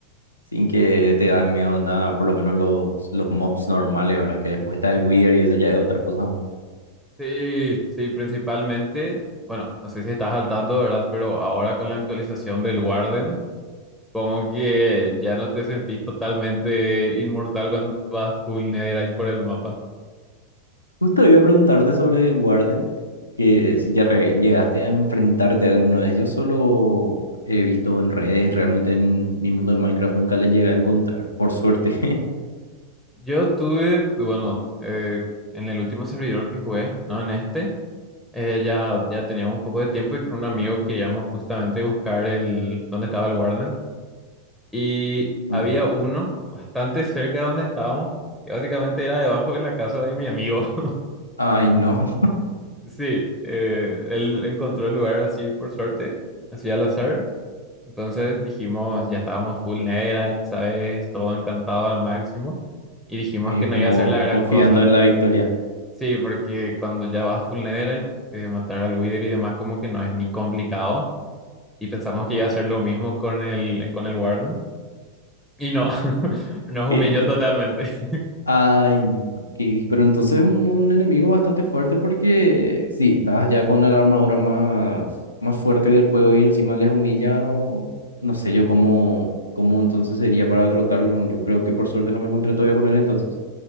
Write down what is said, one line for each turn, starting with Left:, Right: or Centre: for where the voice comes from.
Left: sin que te dan miedo nada, por lo menos los, los mobs normales, ¿verdad? Que después está el weird y eso ya es otra cosa. ¿no?
Centre: Sí, sí, principalmente, bueno, no sé si estás al tanto, ¿verdad? Pero ahora con la actualización del Warden. Como que ya no te sentís totalmente inmortal cuando vas full netherite por el mapa.
Left: Justo iba a preguntarte sobre el Warden, que si ya re- llegaste a enfrentarte a él alguna vez. Yo solo he visto en redes, realmente en mi mundo de Minecraft nunca le llegué a encontrar, por suerte.
Centre: Yo tuve, bueno, eh, en el último servidor que jugué, no en este, eh, ya, ya teníamos un poco de tiempo y con un amigo queríamos justamente buscar el, dónde estaba el Warden. Y
Left: <laughs>
Centre: había
Left: Ujú.
Centre: uno bastante cerca de donde estábamos, que básicamente era debajo de la casa de mi amigo. <laughs>
Left: Ay, no.
Centre: Sí, eh, él encontró el lugar así por suerte, así al azar. Entonces dijimos, ya estábamos full Netherite, ¿sabes? Todo encantado al máximo. Y dijimos
Left: eh,
Centre: que
Left: Es
Centre: no
Left: como
Centre: iba a ser la gran
Left: confiando
Centre: cosa.
Left: en la victoria.
Centre: Sí, porque cuando ya vas full Netherite, eh, matar al Wither y demás como que no es ni complicado. Y pensamos que iba a ser lo mismo con el, con el Warden. Y no, <laughs> nos
Left: Que-
Centre: humilló
Left: que-
Centre: totalmente. <laughs>
Left: ay, no, que- pero entonces un, un enemigo bastante fuerte porque sí, estás ya con la armadura más, más fuerte del juego y encima les humilla. o- no sé yo cómo, cómo entonces sería para derrotarlo. Yo creo que por suerte no me encontré todavía con él entonces.